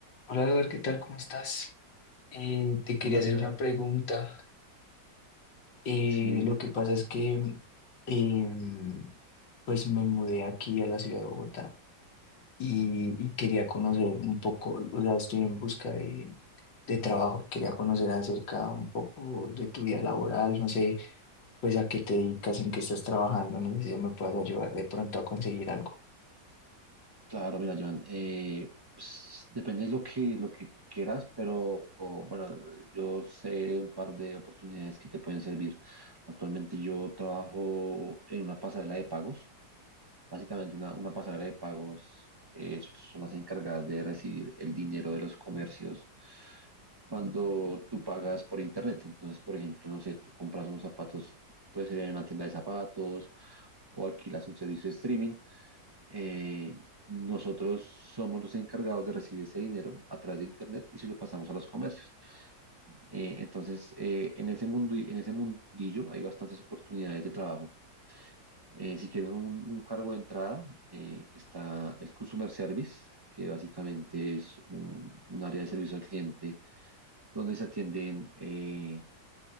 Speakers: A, on the left; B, on the right.
A: Hola Eduardo, ¿qué tal? ¿Cómo estás? Eh, te quería
B: Hola,
A: hacer
B: Joan.
A: una pregunta. Eh,
B: Sí, dime.
A: lo que pasa es que em, pues me mudé aquí a la ciudad de Bogotá y, y quería conocer un poco, o sea, estoy en busca de, de trabajo, quería conocer acerca un poco de tu vida laboral, no sé, pues a qué te dedicas, en qué estás trabajando, no sé si me puedas ayudar de pronto a conseguir algo.
B: Claro, mira, Joan. eh, pues, depende de lo que, lo que tú quieras, pero o, bueno, yo sé un par de oportunidades que te pueden servir. Actualmente yo trabajo en una pasarela de pagos. Básicamente una, una pasarela de pagos eh, son las encargadas de recibir el dinero de los comercios cuando tú pagas por internet. Entonces, por ejemplo, no sé, tú compras unos zapatos, puede ser en una tienda de zapatos o alquilas un servicio de streaming. eh, nosotros somos los encargados de recibir ese dinero a través de Internet y se lo pasamos a los comercios. Eh, entonces, eh, en ese mundo, en ese mundillo hay bastantes oportunidades de trabajo. Eh, si quieres un, un cargo de entrada, eh, está el Customer Service, que básicamente es un, un área de servicio al cliente donde se atienden eh,